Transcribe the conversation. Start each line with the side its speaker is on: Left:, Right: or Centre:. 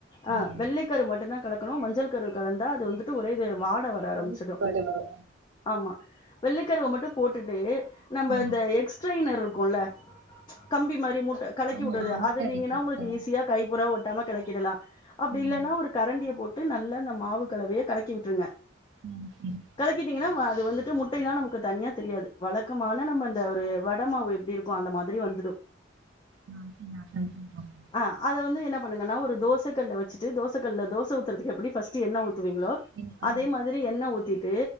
Left: ஆ
Right: ஆமா.
Left: வெள்ளை கரு மட்டுந்தா கலக் கனு மஞ்சள் கரு கலந்தா அது வந்துட்டு ஒரேது வாட வர ஆரம்மிச்சிடு
Right: கவுச்சி வாட வரு
Left: ஆமா வெள்ளைக்கருவ மட்டு போட்டுட்டு நம்பந்
Right: ம்
Left: த எக்ஸ்ட்ரெயினர்ருக்குல்ல கம்பி மாரி மு கலக்கிவுட்றது
Right: ஆமா முட்ட
Left: அதுனீங்கனா
Right: அடிக்கிறது
Left: உங்களுக்கு
Right: ஆ
Left: ஈஸியா கைபூரா ஒட் டாம கலக்கிடலா அப்டி
Right: ம்
Left: இல்லன்னா ஒரு கரண்டிய போட் டு நல்லா இந்த மாவு கலவைய கலக்கி விட்ருங்க
Right: ம் சரி
Left: கலக்கிட்டீங்கன்னா வ து வந்துட்டு முட்டைல்லா நமக்கு தனியா தெரியாது வழக்கமான நம்ம ந்த ஒரு வட மாவு எப்டி இருக்கு அந்த மாதிரி வந்துடு
Right: நா அவசியொ நா ட்ரை பண்ணி பாக்குறே
Left: ஆ அத வந்து என்ன பண்ணுங்கன்னா ஒரு தோசகல்ல வச்சிட்டு தோசக்கல்ல தோசஊத்துறதுக்கு எப்புடி ஃபஸ்ட்டு எண்ண ஊ த்துவிங்ளோ
Right: பாக்குறே ஆ
Left: அதே மாதிரி எண்ண ஊத்தி ட்டு